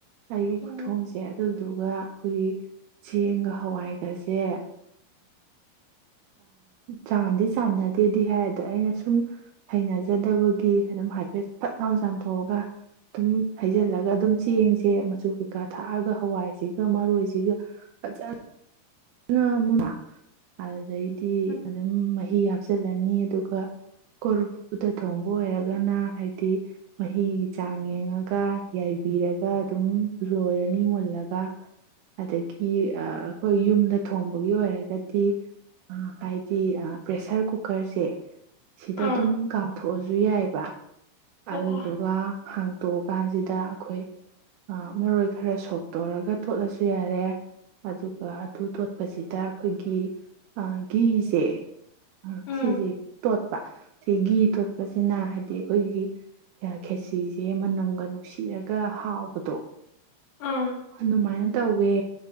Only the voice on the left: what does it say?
ꯎꯝ
ꯎꯝ
ꯑꯥ
ꯑꯣ
ꯑꯣ
ꯎꯝ
ꯑꯥ